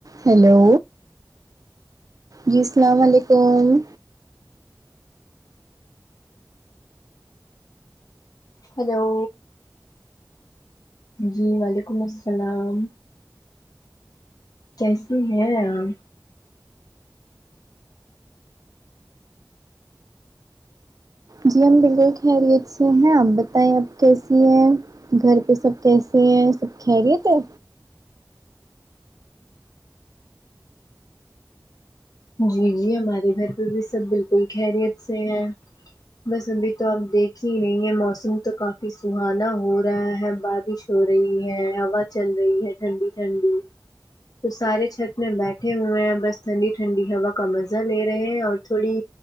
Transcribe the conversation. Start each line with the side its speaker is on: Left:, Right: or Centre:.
Right: ہلو جی سلام علیکم
Left: ہیلو جی وعلیکم السلام کیسی ہیں آپ
Right: جی ہم بالکل خیریت سے ہیں آپ بتائیں آپ کیسی ہیں گھر پہ سب کیسے ہیں سب خیریت ہے
Left: جی جی ہمارے گھر پہ بھی سب بالکل خیریت سے ہیں بس ابھی تو آپ دیکھ ہی رہی ہیں موسم تو کافی سہانا ہو رہا ہے بارش ہو رہی ہے ہوا چل رہی ہے ٹھنڈی ٹھنڈی تو سارے چھت میں بیٹھے ہوئے ہیں بس تھن ٹھنڈی ہوا کا مزہ لے رہے ہیں اور تھوڑی